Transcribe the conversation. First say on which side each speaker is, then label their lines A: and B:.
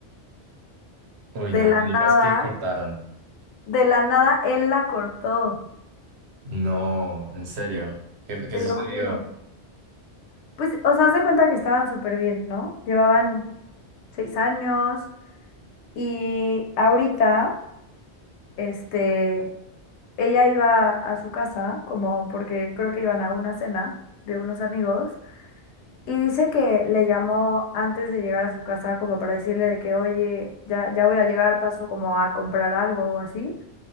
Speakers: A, on the right; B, on the left.
A: Uy,
B: De
A: no
B: la
A: me digas
B: nada,
A: que cortaron.
B: de la nada él la cortó,
A: No, en serio. ¿Qué, qué
B: te
A: sucedió?
B: lo juro. Pues, o sea, haz de cuenta que estaban súper bien, ¿no? Llevaban seis años y ahorita... este, ella iba a su casa, como porque creo que iban a una cena de unos amigos, y dice que le llamó antes de llegar a su casa como para decirle de que, oye, ya, ya voy a llegar, paso como a comprar algo o así,